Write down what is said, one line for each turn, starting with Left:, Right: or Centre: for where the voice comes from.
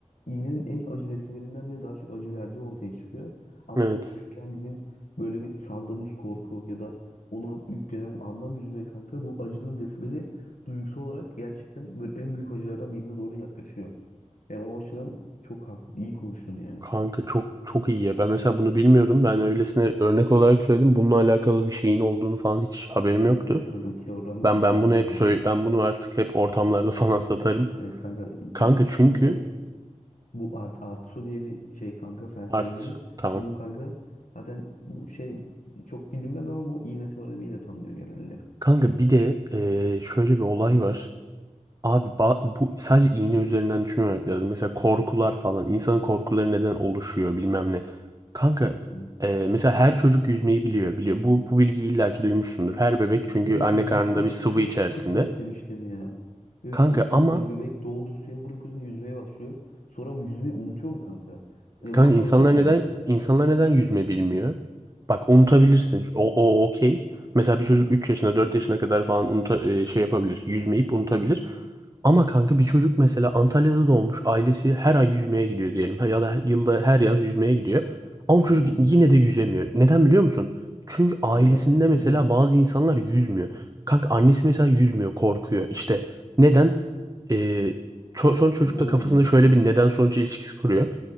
Left: iğnenin en acı desibelinden bile daha çok acı verdiği ortaya çıkıyor. Ama
Right: Evet.
Left: bu küçükken bizim böyle bir saldığımız korku ya da ona yüklenen anlam yüzünden kanka bu acının desibeli duygusal olarak gerçekten böyle en büyük acılardan birine doğru yaklaşıyor. Yani o açıdan çok haklı, iyi konuştun yani.
Right: Kanka çok çok iyi ya. Ben mesela bunu bilmiyordum. Ben öylesine örnek olarak söyledim. Bununla alakalı bir şeyin olduğunu falan hiç haberim yoktu.
Left: Evet kanka bir teorem var
Right: Ben
Left: onunla
Right: ben
Left: alakalı
Right: bunu hep söyle
Left: ya.
Right: ben bunu artık hep ortamlarda <laughs> falan satarım.
Left: Evet kanka
Right: Kanka
Left: bak
Right: çünkü
Left: ismi Bu Art Artusu diye bir şey kanka felsefeci.
Right: artı tamam.
Left: Bunu kanka zaten bu şey çok bilinmez ama bu iğne teoremiyle tanınıyor genelde.
Right: Kanka bir de eee, şöyle bir olay var. Abi ba- bu sadece iğne üzerinden düşünmemek lazım. Mesela korkular falan. insanın korkuları neden oluşuyor bilmem ne. Kanka
Left: Evet.
Right: e, mesela her çocuk yüzmeyi biliyor. biliyor. Bu, bu bilgiyi illaki duymuşsundur. Her bebek çünkü
Left: Evet
Right: anne
Left: kanka
Right: karnında
Left: ben çok
Right: bir sıvı
Left: çok
Right: içerisinde.
Left: çok garipsemiştim ya. Evet
Right: Kanka
Left: kanka mesela
Right: ama
Left: bir bebek doğdu suya bırakıyorsun yüzmeye başlıyor. Sonra bu yüzmeyi unutuyor mu kanka? Hani
Right: kanka
Left: bu
Right: insanlar
Left: <laughs> nasıl oluyor?
Right: neden insanlar neden yüzme bilmiyor? Bak unutabilirsin. O, o okey. Mesela bir çocuk 3 yaşına 4 yaşına kadar falan unuta, e, şey yapabilir. Yüzmeyip unutabilir. Ama kanka bir çocuk mesela Antalya'da doğmuş, ailesi her ay yüzmeye gidiyor diyelim ya da yılda her yaz yüzmeye gidiyor. Ama bu çocuk
Left: Hı hı.
Right: yine de yüzemiyor. Neden biliyor musun? Çünkü
Left: Kanka
Right: ailesinde
Left: bence
Right: mesela
Left: bo
Right: bazı insanlar yüzmüyor. Kanka annesi mesela yüzmüyor, korkuyor. İşte neden? Ee, ço- son
Left: işte
Right: çocukta
Left: boğulurum
Right: kafasında
Left: falan.
Right: şöyle bir neden sonuç ilişkisi kuruyor.